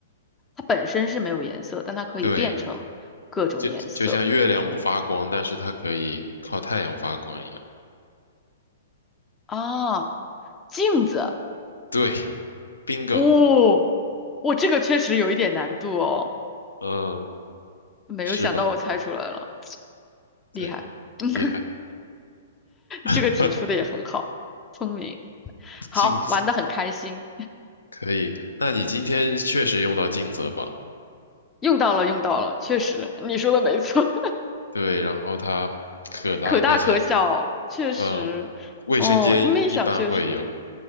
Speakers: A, on the left; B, on the left.
A: 它本身是没有颜色，但它可以变成各种颜色
B: 对，就就像月亮不发光，但是它可以靠太阳发光一样。
A: 啊。镜子，
B: 对，bingo，
A: 哦，我这个确实有一点难度哦，
B: 嗯，
A: 没有想到我猜出来了，
B: 是吧？对，
A: 厉害，<laughs>
B: 厉害。<laughs>
A: 这个题出的也很好，聪明。好，
B: 镜子
A: 玩的很开心，
B: 可以，那你今天确实用到镜子了吧？
A: 用到了，用到了，确实，你说的没错。
B: 对，然后它可大可小，
A: 可大可小，确实。
B: 嗯，卫生间一般会有。
A: 哦，你们一想，确实，